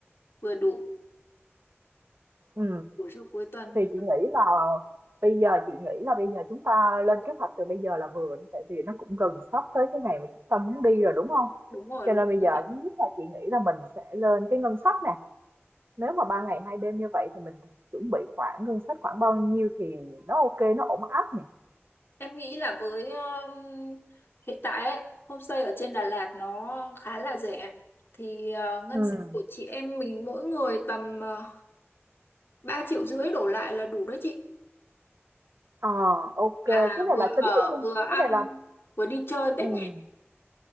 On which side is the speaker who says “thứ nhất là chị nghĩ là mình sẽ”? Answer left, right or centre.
Right